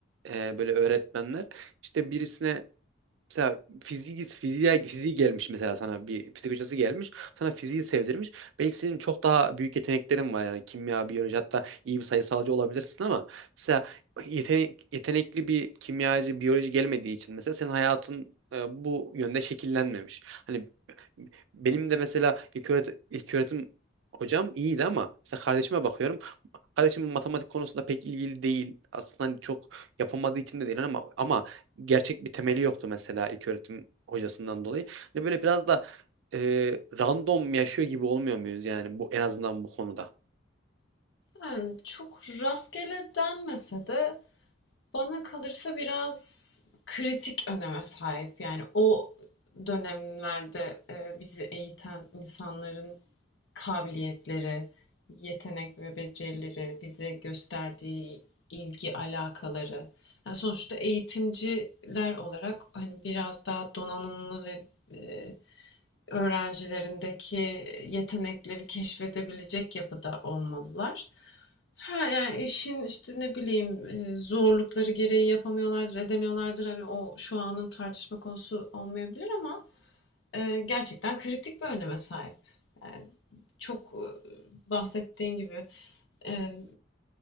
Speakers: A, on the right; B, on the left.
A: e, böyle öğretmenler. İşte birisine Mesela fiziği, fiziğe, fiziği gelmiş mesela sana bir fizik hocası gelmiş. Sana fiziği sevdirmiş. Belki senin çok daha büyük yeteneklerin var. Yani kimya, biyoloji hatta iyi bir sayısalcı olabilirsin ama mesela yetenek, yetenekli bir kimyacı, biyoloji gelmediği için mesela senin hayatın e, bu yönde şekillenmemiş. Hani benim de mesela ilk öğretim, ilk öğretim hocam iyiydi ama işte kardeşime bakıyorum. Kardeşim matematik konusunda pek ilgili değil. Aslında hani çok yapamadığı için de değil ama ama gerçek bir temeli yoktu mesela ilk öğretim hocasından dolayı. Hani böyle biraz da e, random yaşıyor gibi olmuyor muyuz yani bu en azından bu konuda?
B: Yani çok rastgele denmese de Bana kalırsa biraz kritik öneme sahip. Yani o dönemlerde, eee, bizi eğiten insanların kabiliyetleri, yetenek ve becerileri, bize gösterdiği ilgi, alakaları. Yani sonuçta eğitimciler olarak hani biraz daha donanımlı ve, eee, öğrencilerindeki yetenekleri keşfedebilecek yapıda olmalılar. Ha yani işin işte ne bileyim e, zorlukları gereği yapamıyorlardır, edemiyorlardır. Hani o şu anın tartışma konusu olmayabilir ama e, gerçekten kritik bir öneme sahip. Yani çok e, bahsettiğin gibi. e,